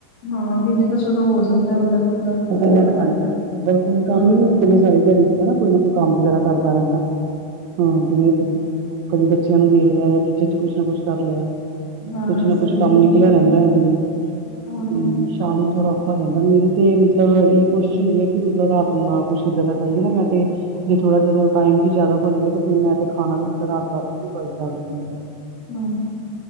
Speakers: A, on the left; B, on the right.
A: ਹਾਂ ਦੀਨੇ ਤਾ ਚਲੋ ਹੋ ਜਾਂਦੈ ਬੰਦਾ ਟੁਰਦਾ ਫਿਰਦਾ
B: ਓ ਕੈਂਦਾ
A: ਰਹਿੰਦਾ।
B: ਹਾਂਜੀ ਹਾਂਜੀ ਕੋਈ ਕੰਮ
A: ਹੂੰ
B: ਈ ਨੀ ਮੁਕਦੇ ਸਾਰੀ ਦਿਆੜੀ ਚ ਕੋਈ ਨਾ ਕੋਈ ਕੰਮ ਵਗੈਰਾ ਕਰਦਾ ਰੈਂਦਾ ਹਾਂ ਜਿਵੇਂ <unintelligible> ਕਦੇ ਬੱਚਿਆਂ ਨੂੰ ਦੇਖ ਲਿਆ ਜਾਂ ਕਿਚਨ ਚ ਕੁਛ ਨਾ ਕੁਛ ਕਰ ਲਿਆ
A: ਹਾਂ
B: ਕੁਛ ਨਾ
A: ਸਹੀ
B: ਕੁਛ ਕੰਮ
A: ਗੱਲ
B: ਨਿਕਲਿਆ ਰੈਂਦਾ ਏ ਇਨ ਦਿਨੋ ਹੁੰ
A: ਹਾਂ।
B: ਸ਼ਾਮ ਨੂੰ ਥੋੜਾ ਹੋ ਜਾਂਦਾ ਮੇਰੀ ਤੇ ਮਤਲਬ ਏਹੀ ਕੋਸ਼ਿਸ਼ ਹੁੰਦੀ ਐ ਕਿ ਮਤਲਬ ਰਾਤ ਨੂੰ ਨਾ ਕੁੱਛ ਇੱਦਾਂ ਦਾ ਖਾਈਏ ਨਾ ਮੈਂ ਤੇ ਜੇ ਥੋੜਾ ਜਦੋਂ ਟਾਈਮ ਵੀ ਜਆਦਾ ਹੋ ਜਾਵੇ ਤੇ ਫਿਰ ਮੈਂ ਖਾਣਾ ਵੀ ਰਾਤ ਦਾ ਓਵੀ ਅਵੋਇਡ ਕਰ ਦੇਨੀ ਮੈ ਤੇ।
A: ਹੁੰ